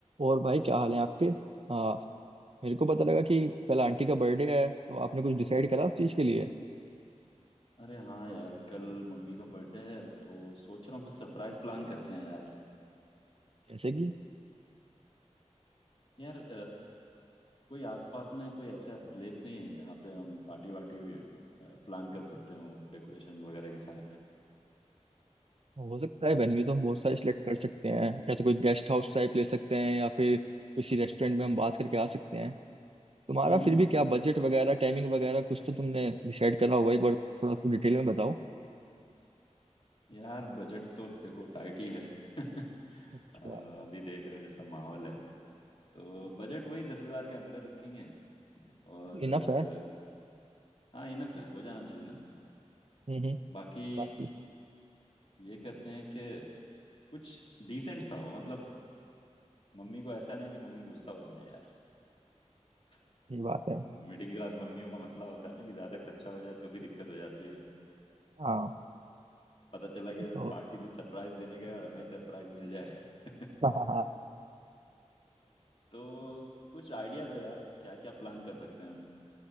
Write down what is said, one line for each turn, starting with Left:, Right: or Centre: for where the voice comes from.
Right: और भाई क्या हाल है आपके हाँ मेरे को पता लगा कि कल आंटी का बर्थडे है तो आपने कुछ डिसाइड करा उस चीज़ के लिए
Left: अरे हाँ यार कल मम्मी का बर्थडे है तो सोच रहा हूँ कुछ सरप्राइज प्लान करते हैं यार
Right: जैसे कि
Left: यार अ, कोई आसपास में कोई ऐसा प्लेस नहीं है जहाँ पे हम पार्टी वार्टी प्लान कर सकते हो डेकोरेशंस वगैरह के साथ
Right: हो सकता है वेन्यू तो हम बहुत सारे सिलेक्ट कर सकते हैं या तो कोई गेस्ट हाउस टाइप ले सकते हैं या फिर किसी रेस्टोरेंट में हम बात करके आ सकते हैं तुम्हारा
Left: हम्म हम्म
Right: फिर भी
Left: हम्म
Right: क्या
Left: हम्म।
Right: बजट वगैरह टाइमिंग वगैरह कुछ तो तुमने डिसाइड करा होगा एक बार थोड़ा तुम डिटेल में बताओ
Left: यार बजट तो देखो टाइट ही है <laughs> अ,
Right: अच्छा
Left: अभी देख रहे हो जैसा माहौल है तो बजट वही दस हजार के अंदर रखेंगे और
Right: इनफ
Left: अ,
Right: है
Left: हाँ इनफ है हो जाना चाहिए ना
Right: हम्म हम्म
Left: बाकी
Right: बाकी
Left: ये करते हैं कि कुछ डिसेंट सा हो मतलब मम्मी को ऐसा ना कि मम्मी गुस्सा हो जाए यार <laughs>
Right: ये बात है
Left: मिडिल क्लास मम्मियों का मसला होता है ना कि ज्यादा खर्चा हो जाए तो भी दिक्कत हो जाती है
Right: हाँ
Left: पता चला कि
Right: तो
Left: पार्टी दे सरप्राइज देने गए और हमें ही सरप्राइज मिल जाए <laughs>
Right: <laughs>
Left: तो कुछ आइडिया दो यार क्या क्या प्लान कर सकते हैं हम?